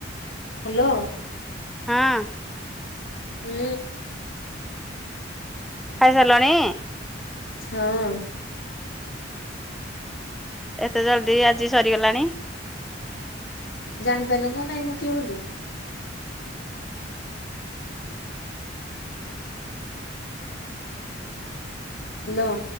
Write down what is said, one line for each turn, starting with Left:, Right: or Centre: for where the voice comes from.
Left: ହ୍ୟାଲୋ।
Centre: ହଁ।
Left: ହୁଁ।
Centre: ଖାଇସାରିଲାଣି?
Left: ହୁଁ।
Centre: ଏତେ ଜଲ୍ଦି ଆଜି ସରିଗଲାଣି?
Left: ଜାଣିପାରିଲା ନା ନାଇଁ ମୁଁ କିଏ ବୋଲି? ହ୍ୟାଲୋ।